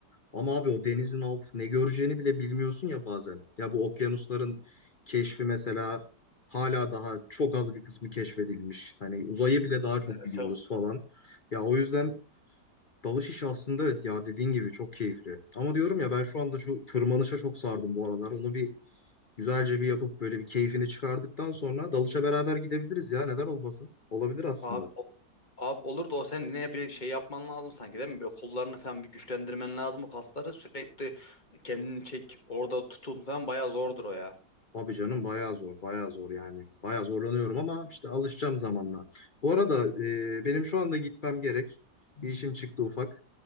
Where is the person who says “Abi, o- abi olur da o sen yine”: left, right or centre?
Left